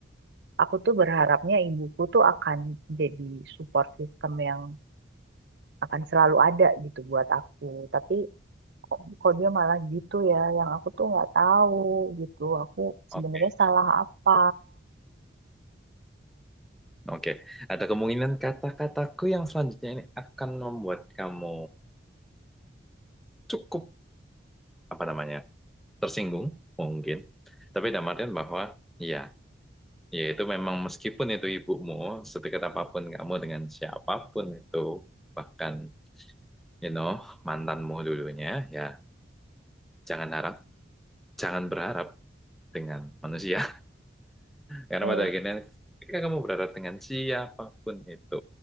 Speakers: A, on the right; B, in the centre.
A: aku tuh berharapnya ibuku tuh akan jadi support system yang akan selalu ada gitu buat aku. Tapi kok, kok dia malah gitu ya, yang aku tuh nggak tahu gitu. Aku
B: Oke,
A: sebenarnya salah apa.
B: oke. Ada kemungkinan kata-kataku yang selanjutnya ini akan membuat kamu cukup apa namanya tersinggung mungkin. Tapi dalam artian bahwa iya, ya, yaitu memang meskipun itu ibumu, sedekat apapun kamu dengan siapapun itu, bahkan you know mantanmu dulunya, ya jangan harap, jangan berharap dengan manusia Karena
A: Hmm.
B: pada akhirnya ketika kamu berharap dengan siapapun itu,